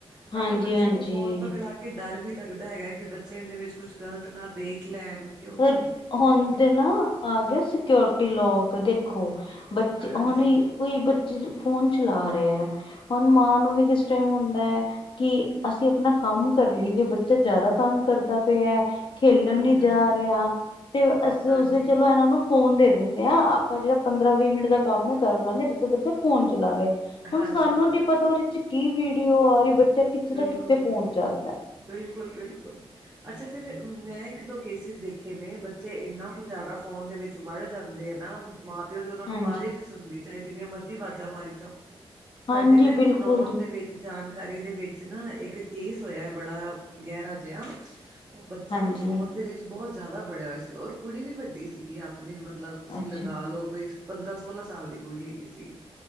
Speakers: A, on the right; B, on the left.
A: ਸਾਨੂੰ
B: ਹਾਂਜੀ
A: ਬੱਚਿਆਂ
B: ਹਾਂਜੀ
A: ਨੂੰ ਫੋਨ ਪਕੜਾ ਕੇ ਕਿ ਡਰ ਵੀ ਲੱਗਦਾ ਹੈਗਾ। ਕਿ ਬੱਚੇ ਇਹਦੇ ਵਿੱਚ ਕੁਛ ਗ਼ਲਤ ਨਾ ਦੇਖ ਲੈਣ। ਕਿਉਂਕਿ
B: ਪਰ ਹੁਣ ਤੇ ਨਾ ਆ ਗਿਆ ਸਿਓਰਟੀ ਲੋਕ ਦੇਖੋ। ਬੱਚੇ
A: ਹਾਂਜੀ,
B: ਹੁਣ ਕੋਈ ਬੱਚੇ ਫੋਨ ਚਲਾ ਰਿਹਾ ਹੈ। ਹੁਣ ਮਾਂ ਨੂੰ ਵੀ ਕਿਸ ਟਾਈਮ ਹੁੰਦਾ ਹੈ। ਕਿ ਅਸੀਂ ਆਪਣਾ ਕੰਮ ਕਰ ਲਈ ਜੇ ਬੱਚਾ ਜ਼ਿਆਦਾ ਤੰਗ ਕਰਦਾ ਪਿਆ। ਖੇਲਣ ਨੀ
A: ਹਾਂਜੀ-ਹਾਂਜੀ,
B: ਜਾ ਰਿਹਾ। ਤੇ ਅਸੀਂ
A: ਹਾਂਜੀ,
B: ਉਸਦੇ ਚਲੋ ਇਹਨਾਂ ਨੂੰ ਫੋਨ ਦੇ ਦਿੰਦੇ ਆ। ਆਪਾਂ ਜਿਹੜਾ ਪੰਦਰਾਂ- ਵੀਹ ਮਿੰਟ ਦਾ ਕੰਮ ਹੈ ਕਰ ਲਾਂਗੇ। ਤੇੋਂ ਬੱਚਾ ਫੋਨ ਚਲਾ ਲਏ। ਹੁਣ
A: ਹਾਂਜੀ-ਹਾਂਜੀ
B: ਸਾਨੂੰ ਨੀ ਪਤਾ ਉਹਦੇ ਚ ਕੀ ਵੀਡੀਓ ਆ ਰਹੀ ਬੱਚਾ ਕਿੱਥੇ
A: ਬਿਲਕੁਲ
B: ਦਾ ਕਿੱਥੇ ਪਹੁੰਚ ਜਾਂਦਾ।
A: ਬਿਲਕੁਲ- ਬਿਲਕੁਲ ਅੱਛਾ। ਫੇਰ ਮੈਂ ਇੱਕ ਦੋ ਕੇਸਿਸ ਦੇਖੇ ਨੇ। ਬੱਚੇ ਇੰਨਾ ਕੁ ਜ਼ਿਆਦਾ ਫੋਨ ਦੇ ਵਿੱਚ ਵਲ ਜਾਂਦੇ ਨਾ। ਮਾਂ- ਪਿਓ ਦੀ ਉਹਨਾਂ ਨੂੰ
B: ਹਾਂਜੀ
A: ਆਵਾਜ਼ ਹੀ ਨਹੀਂ ਸੁਣਦੀ। ਚਾਹੇ ਜਿੰਨੀਆਂ ਮਰਜ਼ੀ ਆਵਾਜ਼ਾਂ ਮਾਰੀ ਜਾਉ।
B: ਹਾਂਜੀ
A: ਸਾਡੇ ਨਾ ਇੱਥੇ
B: ਬਿਲਕੁਲ
A: ਨੌਨ
B: ਜੀ
A: ਦੇ ਵਿੱਚ ਜਾਣਕਾਰੀ ਦੇ ਵਿੱਚ ਨਾ ਇੱਕ ਕੇਸ ਹੋਇਆ ਬੜਾ ਗਹਿਰਾ ਜਿਹਾ। ਉਹ ਬੱਚਾ
B: ਹਾਂਜੀ
A: ਨਾ ਫੋਨ ਦੇ ਵਿੱਚ ਬਹੁਤ ਜ਼ਿਆਦਾ ਵੜਿਆ ਹੋਇਆ ਸੀ। ਔਰ ਕੁੜੀ ਵੀ ਵੱਡੀ ਸੀਗੀ ਆਪਣੀ ਮਤਲਬ। ਤੁਸੀਂ
B: ਅੱਛਾ
A: ਲਗਾ ਲਓ, ਕੋਈ ਪੰਦਰਾਂ- ਸੋਲਾਂ ਸਾਲ ਦੀ ਕੁੜੀ ਹੈਗੀ ਸੀਗੀ।